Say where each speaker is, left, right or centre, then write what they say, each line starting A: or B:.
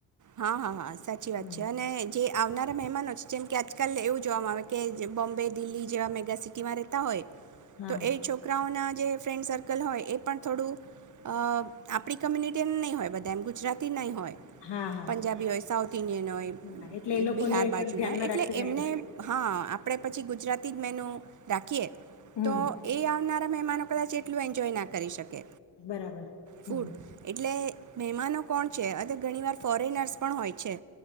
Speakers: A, on the right (about 45°); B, on the left (about 80°).
A: હા હા હા, સાચી
B: હમ
A: વાત છે અને જે આવનારા મહેમાનો છે જેમ કે આજકાલ એવું જોવામાં આવે કે જે બોમ્બે, દિલ્હી જેવા મેગાસિટીમાં રહેતા હોય
B: હા
A: તો એ છોકરાઓના જે ફ્રેન્ડ સર્કલ હોય એ પણ થોડું અ આપણી કમ્યુનિટીને નહીં હોય બધા એમ ગુજરાતી નહીં હોય.
B: હા હા
A: પંજાબી હોય સાઉથ નય હોય
B: હા એટલે એ લોકોને
A: બિહાર બાજુના
B: પણ ધ્યાનમાં
A: હોય એટલે
B: રાખીને
A: એમને હા આપણે પછી ગુજરાતી જ મેનું રાખીએ.
B: હમ
A: તો એ આવનાર મહેમાનો કદા એટલ એન્જય ના કરે. કરી શકે,
B: બરાબર હમ
A: ફૂડ, એટલે મહેમાનો કોણ છે અ ઘણી વાર ફોરેનર્સ પણ હોય છે.